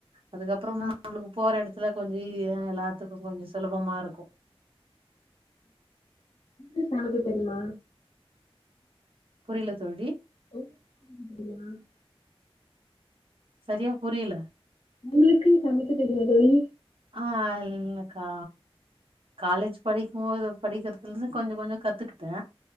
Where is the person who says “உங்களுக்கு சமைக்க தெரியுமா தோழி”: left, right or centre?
Left